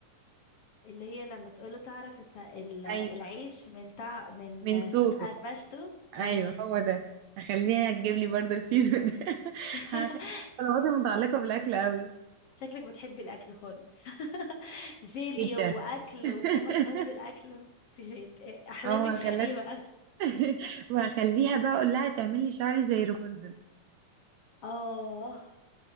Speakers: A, on the left (about 60°); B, on the right (about 80°).
A: اللي هي لما تقوله تعرف الس... ال- العيش
B: أيوة
A: من تع... من
B: من صوته
A: صوت قرمشته اي
B: أيوة هو ده هخليها تجيب لي برضو الفينو ده <laughs>
A: <laughs>
B: هخلي طلباتي متعلقة بالأكل أوي
A: شكلك بتحبي الاكل خالص <laughs> جيلي
B: جدا
A: واكل
B: <laughs>
A: وسما تنزل اكل انت- احلامك
B: اه هخليها
A: غريبه أوي.
B: <laughs> وهخليها بقى اقول لها تعمل لي شعري زي رابنزل
A: اه